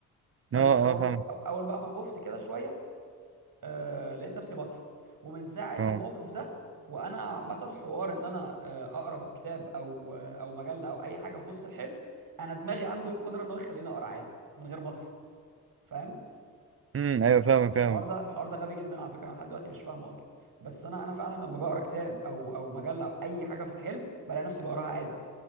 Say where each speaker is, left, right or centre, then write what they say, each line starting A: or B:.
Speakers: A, on the right; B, on the right.
A: بس
B: اه اه
A: أو
B: فاهمك
A: أو- اول بقى ما خفت كده شويه آه لقيت نفسي بصحى ومن ساعه
B: اه
A: الموقف ده وانا عامه حوار ان انا آه اقرا كتاب او آه او مجله او اي حاجه في وسط الحلم انا دماغي عنده القدره ان هو يخليني اقرا عادي من غير ما اصحى فاهم
B: امم ايوه
A: الح-
B: فاهمك
A: الحوار
B: فاهمك
A: ده الحوار ده غبي جدا على فكره انا لحد دلوقتي مش فاهمه اصلا بس انا انا فعلا لما بقرا كتاب او او مجله او اي حاجه في الحلم بلاقي نفسي بقراها عادي